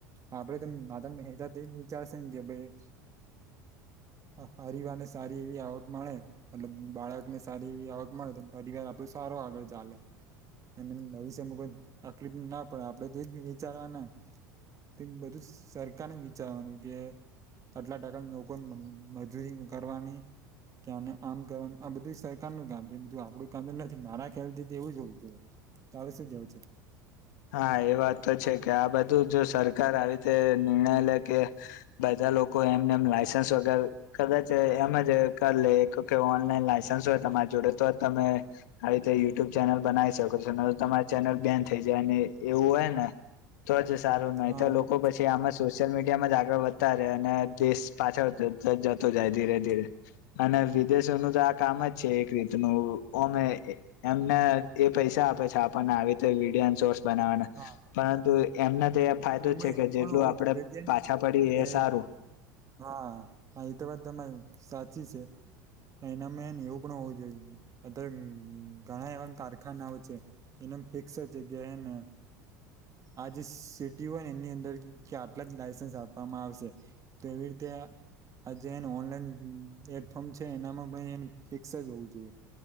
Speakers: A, on the right (about 35°); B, on the left (about 65°).
A: આપડે, તો માતા મહેતા એજ વિચારશે ને કે ભાઈ પરિવારને સારી, એવી આવક મળે મલબ બાળકને સારી એવી, આવક મળે તો પરિવાર આપડ સારો, આગળ ચાલે અને ભવિષ્યમા કોઈ તકલીફના પડે, આપડે તોજ વિચારવાના તે બધું સરકારને વિચારવાનુ કે આટલા ટકાના લોકો મમ મજૂરી, કરવાની કેને આમ કરવાનું આ બધું સરકારનું કામ છે. બધું આપડું કામ નથી મારા ખ્યાલથી એવું જ હોવુ, જોઈએ. તો હવે, શું કેવું છે.
B: હા, એ વાત તો છે. કે આ બધું જો સરકાર આવી રીતે નિર્ણય લે કે બધા બધા લોકો, એમને એમ લાસન્સ વગર કદાચ એમ જ કરી લે ઓનલાઈન લાયસન્સ તમારી જોડે તો તમે આ રીતે યુટ્યુબ ચેનલ બનાવી શકો છો, ન તમારી ચેનલ બેન થઈ. એવું હોય, ને તો જ સારું ન ય
A: હા
B: તો લોકો
A: એ વાત
B: પછી
A: સાચી
B: આમાં સોશિયલ મીડિયામાં જ આગળ વધ અને દેશ પાછળ જતો જાય, ધીરે ધીરે અને વિદેશ નુ તો આ કામ જ છે, એક રીત ઓમે એમને એ પૈસા આપે છે, આપણને આવી તો વિડીયા બનાવાના,
A: હા
B: પરંતુ એમને તો એ ફાયદો
A: અને એમાં
B: જ છે,
A: એવું
B: કે જેટલું
A: પણ હોવું
B: આપડે
A: જોઈએ
B: પાછા
A: ને
B: પડી
A: કે
B: એ સારુ
A: હા, એ તો વાત તમારી સાચી છે. એના મે ને એવું પણ હોવુ, જોઈએ, અત્યારે ઘણા એવા કારખાનાઓ છે. ફિકસ જગ્યા, એ ને આજે હો, એની અંદર કે આટલા જ લાયસન્સ આપવામાં આવશે, તો એવી રીતે આ જે એને ઓનલાઈન પ્લેટફોર્મ છે. એનામાં પણ ફિક્સ જ હોવુ, જોઈએ.